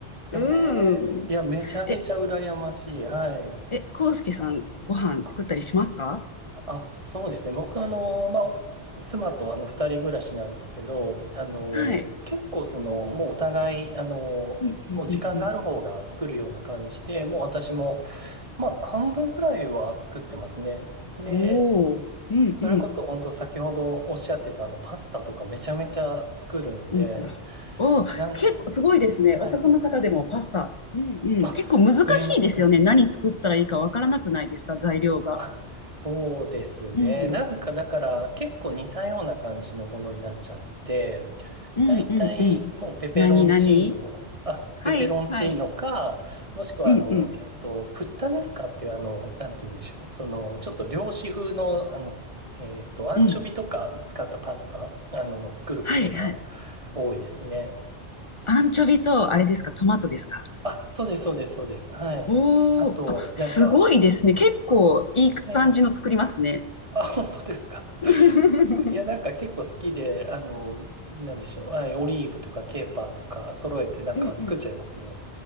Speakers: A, on the right; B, on the left.
A: ええいや、
B: うん。
A: めちゃめちゃ羨ましい。
B: え、
A: はい。
B: え、康介さん、ご飯作ったりしますか
A: あ、あ、そうですね。僕あの、まあ、妻とあの、二人暮らしなんですけど、あの、
B: はい。
A: 結構その、もうお互い、あの、
B: うんうんうんうん。
A: もう時間がある方が作るような感じで、もう私も、まあ、半分くらいは作ってますね。で、
B: おお、うんうん。
A: それこそ本当先ほどおっしゃってたあのパスタとかめちゃめちゃ作るので、
B: うんうん、おお、
A: なんか、
B: 結構すごいですね。
A: はい。
B: 男の方でもパスタ。うんうん。
A: あ、
B: 結構難しいですよね。
A: 作ります、作ります。
B: 何作ったらいいかわからなくないですか材料が。
A: <laughs> あ、そうですね。
B: うん。
A: なんかだから結構似たような感じのものになっちゃって、
B: うんうんうん。
A: だいたいもうペペロンチーノ、
B: 何何
A: あ、
B: はいはい。
A: ペペロンチーノか、もしくはあの、
B: うんう
A: えっと、プッタネスカっていうあの、なんて言うんでしょう。その、ちょっと漁師風のあの、えっと、アンチョビとか使ったパスタ、
B: んうん。
A: あの、作ることが
B: はいはい。
A: 多いですね。
B: アンチョビと、あれですか、トマトですか。
A: あ、そうです、そうです、そうです。はい。
B: おおー、
A: あと、
B: あ、すごいですね。
A: なんか、
B: 結構いい感じの作りますね。
A: ええあ、本当ですか。<laughs>
B: <laughs> うん
A: いや、なんか結構好きで、あの、なんでしょう。はい、オリーブとかケーパーとか揃えてなんか作っちゃいますね。
B: うんうん。